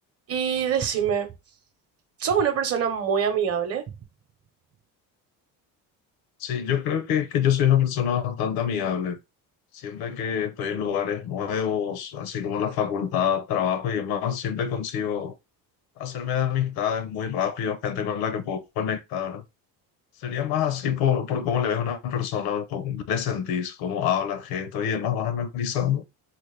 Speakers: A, on the right (about 40°); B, on the left (about 75°).
A: Y decime, ¿sos una persona muy amigable?
B: Sí, yo creo que, que yo soy una persona bastante amigable. Siempre que estoy en lugares nuevos, así como la facultad, trabajo y demás, siempre consigo hacerme de amistades muy rápido, gente con la que puedo conectar. Sería más así por, por cómo le ves a una persona, cómo le sentís, cómo habla, gestos y demás, vas analizando